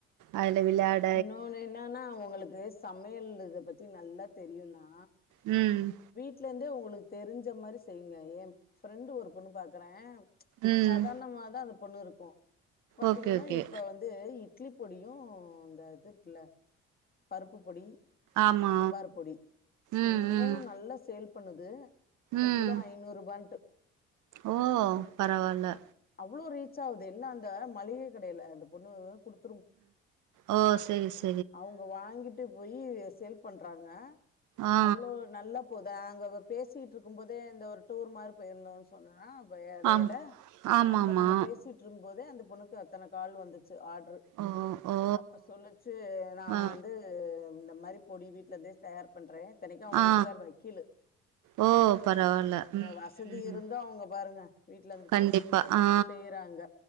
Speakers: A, on the right (about 65°); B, on the left (about 30°).
A: அதுல விளாட
B: இன்னொன்னு என்னன்னா உங்களுக்கு சமையல் இத பத்தி நல்லா தெரியுனா
A: ம்
B: வீட்ல இருந்தே உங்களுக்கு தெரிஞ்ச மாரி செய்ங்க என் ஃப்ரெண்டு் ஒரு பொண்ணு பாக்குற
A: ம்
B: சாதாரணமாதா அந்த பொண்ணு இருக்கு பாத்தீங்கன்னா
A: ஓகே ஓகே
B: இப்ப வந்து இட்லி பொடியு இந்த இது இருக்குல பருப்பு பொடி
A: ஆமா
B: சாம்பார் பொடி
A: ம்
B: இது மூணு
A: ம்
B: நல்லா சேல் பண்ணுது ஒரு
A: ம்
B: கிலோ ஐநூறுபான்ட்டு
A: ஓ பரவால்ல
B: அவ்ளோ ரீச் ஆகுது எல்லா அந்த மளிகை கடையில அந்த பொண்ணு குடுத்து
A: ஆ ஓ சரி சரி
B: அவங்க வாங்கிட்டு போய் சேல் பண்றாங்க
A: ஆ
B: அவ்வளோ நல் போதா நாங்க பேசிட்ருக்கு போதே இந்த ஒரு டூர் மாரி போயிருந்தோ சொன்னா ப எடையில
A: ஆம் ஆமாமா
B: அப்ப நாங்க பேசிட்டு ட்ருக்கும் போதே அந்த பொண்ணக்கு அத்தன கால் வந்துச்சு ஆட்ரு
A: ஓ ஓ
B: அப்ப சொல்லுச்சி நா
A: ஆ
B: வந்து இந்த மாரி பொடி வீட்டுலருந்தே தயார் பண்றே இத்தனைக்கு அவங்க
A: ஆ
B: வீட்டுக்கார் வக்கீல்
A: ஓ பரவால்ல ம்
B: வசதி
A: ம்
B: இருந்தா அவங்க பாருங்க வீட்ல இருந்துட்டு
A: கண்டிப்பா ஆ
B: செய்யறாங்க